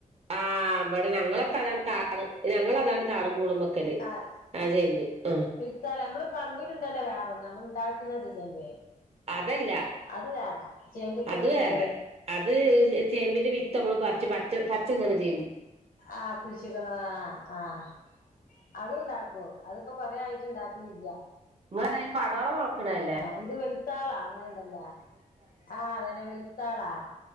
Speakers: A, on the right; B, on the left.
A: ആ ഇവടെ ഞങ്ങളൊക്കെ അതാണ് താള് ഞങ്ങൾ അതാണ് താളും പൂളെമ്പ ക്കല്
B: ആഹ്
A: ആ ചേമ്പ് ആ
B: <unintelligible> നമ്മള് പറമ്പില്ണ്ടല്ല വേറൊന്ന് നമ്മള് ഉണ്ടാക്ക്ണ ഒരു ചേമ്പേ
A: അതല്ല
B: അത് വേറെ ചേമ്പ്ത്ത്ട്ക്ക്ണതേ
A: അത് വേറെ അത് ചേമ്പിന്റെ വിത്ത് നമ്മള് പർച് പച്ച പച്ചന്നിണ ചേമ്പ്
B: ആഹ് കുയ്ച്ചിട്ണ ആ ആഹ അത് ഉണ്ടാക്കൂ അതിപ്പോ കൊറെ ആയിട്ട് ഇണ്ടാക്കലില്ല
A: ങ്ങള് പർഞ്ഞെ പടോളം മൊള്ക്കിണ അല്ലേ
B: ആഹ് ഇത് വെളിത്താളാ അങ്ങനെണ്ടല്ലേ ആ അതന്നെ വെളിത്താളാ